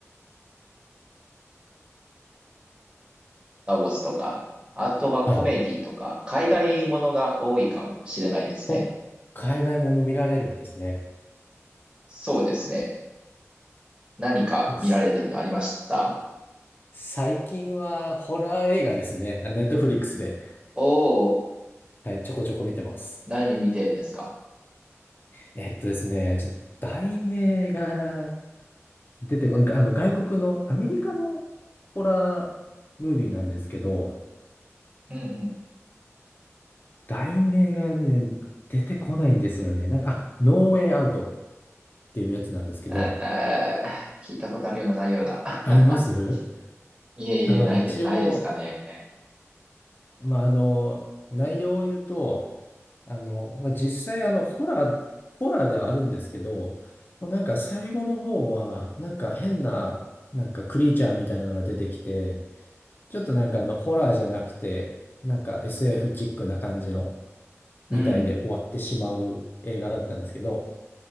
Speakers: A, on the right; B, on the left.
A: スター・ウォーズとか、あとはコメディとか、
B: はい。
A: 海外ものが多いかもしれないですね。
B: お、海外もの見られるんですね。
A: そうですね。何か見られてるのありました
B: え、す最近はホラー映画ですね。ネットフリックスで、
A: おおー、
B: はい、ちょこちょこ見てます。
A: 何見てるんですか
B: えっとですね、ちょっと題名が出てこない、あの外国のアメリカのホラームービーなんですけど、
A: うんうん
B: 題名がね、出てこないんですよね。なんだ、あ、ノーウェイアウトっていうやつなんですけど、
A: えー聞いたことあるような、ないような。<laughs>
B: あります
A: いえいえ、
B: あ、まあ一応、
A: ないです、ないですかね。
B: まああの、内容を言うと、あの、まあ実際あの、ホラー、ホラーではあるんですけど、もうなんか最後の方は、なんか変な、なんかクリーチャーみたいなのが出てきて、ちょっとなんかあの、ホラーじゃなくて、なんか SF チックな感じの、みたいで終わってしまう映画だったんですけど、
A: うん。